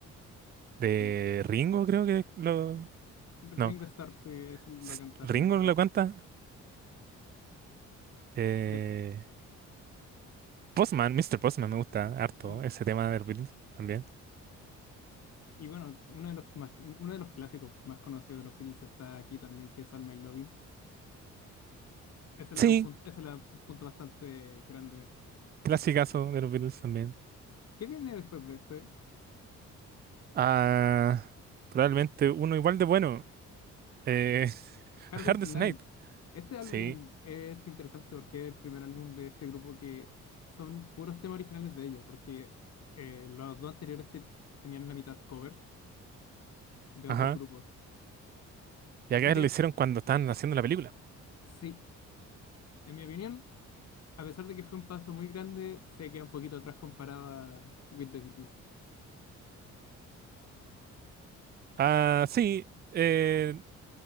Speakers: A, on the right; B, on the left.
A: De
B: Sí,
A: Ringo, creo que lo.
B: Ringo
A: No,
B: Starr, sí, eso lo
A: s-
B: canta
A: Ringo
B: Ringo Starr.
A: lo canta. Eh,
B: De-
A: Postman, Mister Postman me gusta harto.
B: mm,
A: Ese tema de los Beatles también.
B: y bueno, uno de los más, uno de los clásicos más conocidos de los Beatles está aquí también, que es Alma y Lovin. Ese le
A: Sí,
B: da un punto, ese le da un punto bastante grande.
A: clasicazo de los Beatles también.
B: ¿Qué viene después de este?
A: Ah, probablemente uno igual de bueno. Eh, <laughs>
B: Hard
A: A
B: Day's
A: Hard Day's
B: Night.
A: Night.
B: Este álbum
A: Sí,
B: es interesante porque es el primer álbum de este grupo que son puros temas originales de ellos, porque eh, los dos anteriores te- tenían la mitad covers de
A: Ajá.
B: otros grupos.
A: Y
B: Así
A: acá
B: que
A: lo hicieron cuando estaban haciendo la película.
B: sí, en mi opinión. A pesar de que fue un paso muy grande, se queda un poquito atrás comparado a With the Beatles.
A: Ah, sí. eh,